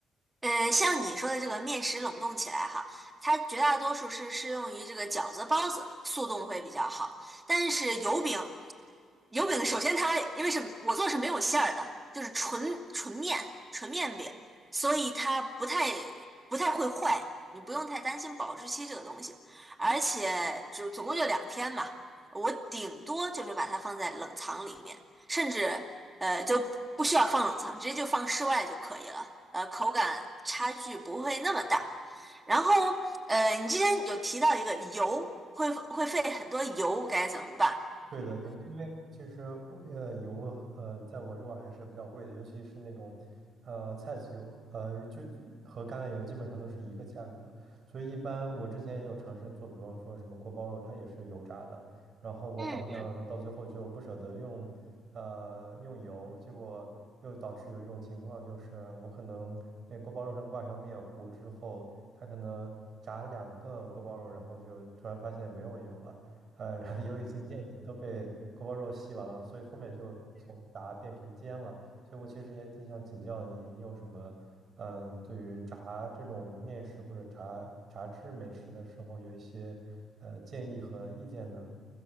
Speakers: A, on the right (about 20°); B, on the right (about 55°).
A: 呃，像你说的这个面食冷冻起来哈，它绝大多数是适用于这个饺子、包子，速冻会比较好。但是油饼，油饼首先它因为是我做的是没有馅儿的，就是纯纯面纯面饼，所以它不太不太会坏，你不用太担心保质期这个东西。而且就总共就两天嘛，我顶多就是把它放在冷藏里面，甚至。呃，就不需要放冷藏，直接就放室外就可以了。呃，口感差距不会那么大。然后，呃，你之前有提到一个油会会费很多油，该怎么办？
B: 对的，对，因为其实我呃油，呃，在我这块儿还是比较贵的，尤其是那种，呃，菜籽油，呃，就和橄榄油基本上都是一个价格，所以一般我之前也有尝试做，比方说什么锅包肉，它也是油炸的，然后我好像到最后就不舍得用，
A: 嗯嗯
B: 呃，用油，结果又导致有一种情况就是我可能那锅包肉上挂上面糊之后，它可能炸两个锅包肉，然后就突然发现没有油了。呃，然后油已经见底，都被锅包肉吸完了，所以后面就从炸变成煎了。所以我其实也挺想请教你，你有什么，嗯、对于炸这种面食或者炸炸制美食的时候，有一些呃建议和意见呢？